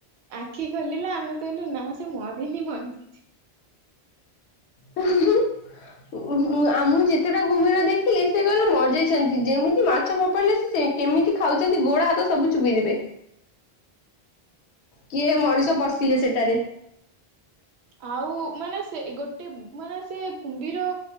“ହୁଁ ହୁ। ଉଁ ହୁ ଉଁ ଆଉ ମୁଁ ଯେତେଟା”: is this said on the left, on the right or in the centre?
Left